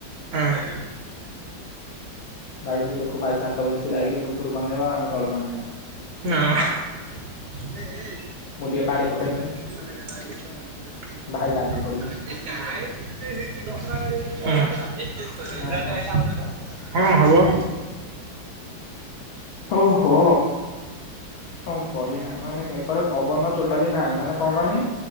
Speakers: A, on the right; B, on the left.
A: ଆଂ, ହ।
B: ଭାଇ ଟିକେ ଦେଖୁ ଭାଇଛାତ ଉପରେ ଛିଡା ହେଇକି ଉପରକୁ ଅନେଇବ ଆମେ ତଳକୁ ଅନେଇବା।
A: ହଁ <unintelligible>
B: ମୁଁ
A: <inaudible>
B: ଟିକେ ପାଣି ପକେଇଦେମି
A: ନାଇ ଟିକେ
B: ଭାଇ ଗାଧେଇ ପଡିବ
A: ହେଇଛି ଦଶରା <inaudible>
B: ନା କଣ?
A: ହଁ ହବ।
B: ହଉ ହୋ। କଣ କହିବା ମାନେ ଏପଟେ ପବନ ଟୋଟାଲି ନାହିଁ, ମାନେ କଣ କହନି